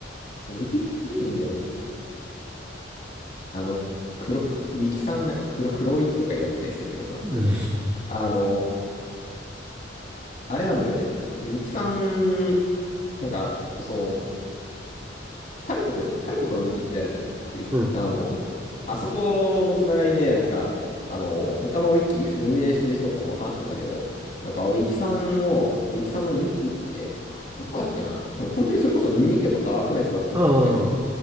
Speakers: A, on the left; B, on the right.
A: う、そう、ウィキ古いんだよね。あの、黒く、ウィキさんなんか黒、黒ウィキとか言われてたりするけどさ、
B: うん。
A: そう、あの、あれなんだよね。ウィキさん、なんか、その、タルコフタルコフのウィキってあるじゃん。
B: うん。
A: あの、あそこのつながりで、なんか、あの、他のウィキ運営してる人とも話したんだけど、なんか、ウィキさんを、ウィキさんの人気ウィキで、あどこだっけな。でも本当にそれこそニニケとかアークナイツだったかもしれないんだけど、
B: うんうんうん。